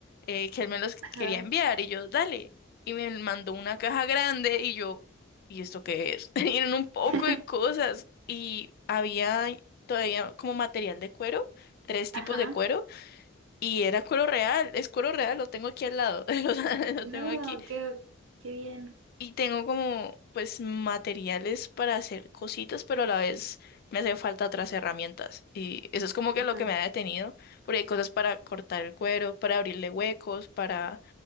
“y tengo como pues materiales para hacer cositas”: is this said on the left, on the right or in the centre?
Left